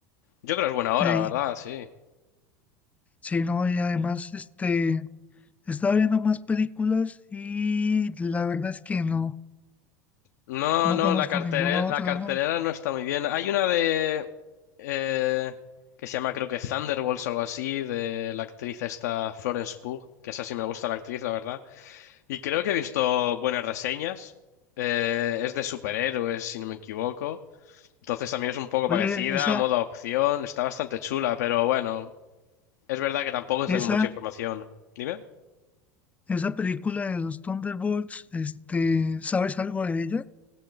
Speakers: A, on the left; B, on the left.
A: Yo creo que es buena hora,
B: Ahí.
A: la verdad, sí.
B: Sí, no, y además, este... Estaba viendo más películas y la verdad es que no,
A: No,
B: no
A: no,
B: conozco
A: la cartelera,
B: ninguna
A: la
B: otra,
A: cartelera
B: ¿no?
A: no está muy bien. Hay una de... eh, que se llama creo que Thunderbolts o algo así, de la actriz esta Florence Pugh, que esa sí me gusta la actriz, la verdad. Y creo que he visto buenas reseñas. Eh, es de superhéroes, si no me equivoco. Entonces también es un poco
B: Oye,
A: parecida,
B: esa,
A: modo opción. Está bastante chula, pero bueno, es verdad que tampoco
B: esa,
A: tengo mucha información. Dime.
B: esa película de los Thunderbolts, este, ¿sabes algo de ella?